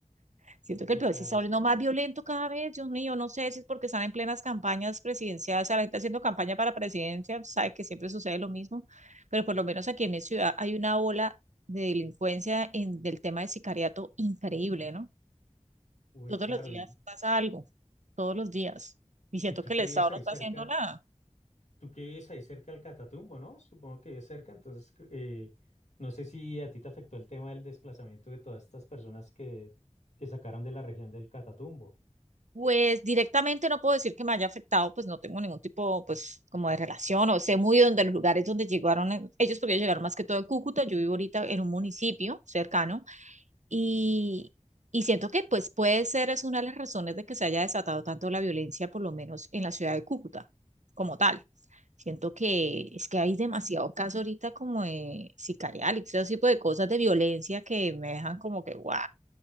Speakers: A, on the right; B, on the left.
A: Siento que
B: Sí,
A: el país
B: claro,
A: se está volviendo
B: es.
A: más violento cada vez, Dios mío, no sé si es porque están en plenas campañas presidenciales, o sea, la gente haciendo campaña para presidencia, sabe que siempre sucede lo mismo, pero por lo menos aquí en mi ciudad hay una ola de delincuencia en, del tema de sicariato increíble, ¿no?
B: Uy,
A: Todos
B: claro,
A: los días
B: y,
A: pasa algo, todos los días, y siento
B: y tú
A: que
B: que
A: el Estado
B: vives ahí
A: no está
B: cerca,
A: haciendo nada.
B: tú que vives ahí cerca del Catatumbo, ¿no? Supongo que vives cerca, entonces eh, no sé si a ti te afectó el tema del desplazamiento de todas estas personas que, que sacaron de la región del Catatumbo.
A: Pues directamente no puedo decir que me haya afectado, pues no tengo ningún tipo, pues como de relación, o sé muy donde los lugares donde llegaron eh, ellos, porque ellos llegaron más que todo de Cúcuta, yo vivo ahorita en un municipio cercano, y, y siento que pues puede ser es una de las razones de que se haya desatado tanto la violencia, por lo menos en la ciudad de Cúcuta, como tal. Siento que es que hay demasiados casos ahorita como de sicarial y todo ese tipo de cosas de violencia que me dejan como que, guau,